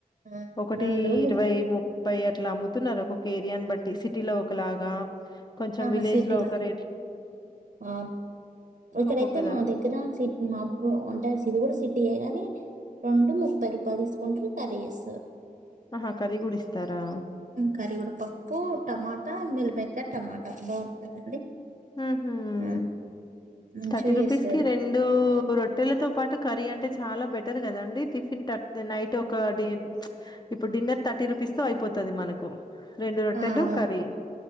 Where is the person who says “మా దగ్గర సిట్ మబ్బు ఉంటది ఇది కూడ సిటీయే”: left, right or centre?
Right